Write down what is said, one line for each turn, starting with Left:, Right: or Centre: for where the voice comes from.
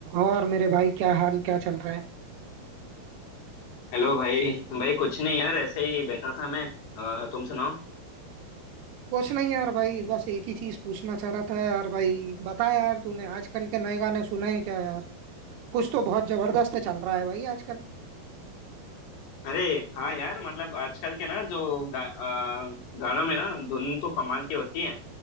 Right: और मेरे भाई क्या हाल क्या चल रहा है
Left: Hello भाई भाई कुछ नहीं यार ऐसे ही बैठा था मैं अ, तुम सुनाओ
Right: कुछ नहीं यार भाई बस एक ही चीज पूछना चाह रहा था यार भाई बता यार तूने आजकल के नए गाने सुने हैं क्या यार कुछ तो बहुत जबरदस्त चल रहा है भाई आजकल
Left: अरे हाँ यार मतलब आजकल के ना जो गा, अ, गानों में ना धुन तो कमाल की होती है